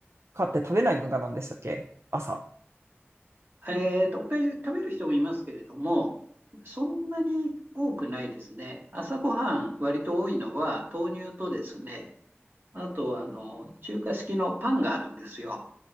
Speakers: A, on the right (about 75°); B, on the right (about 50°).
A: かって食べない文化なんでしたっけ朝。
B: えっと、おかゆ食べる人もいますけれども、そんなに多くないですね。朝ごはん割と多いのは豆乳とですね、あとは、あの、中華式のパンがあるんですよ。